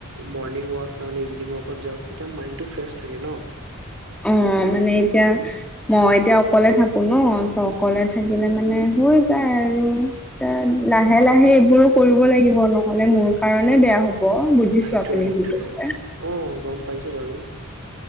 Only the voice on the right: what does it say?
মৰ্ণিং ৱাক নহলে ইভিনিং ৱাকত যাওক তেতিয়া মাইণ্ডটো ফ্ৰেছ থাকে ন।
সেইটোয়ে
সেইটোয়ে
অ গম পাইছো বাৰু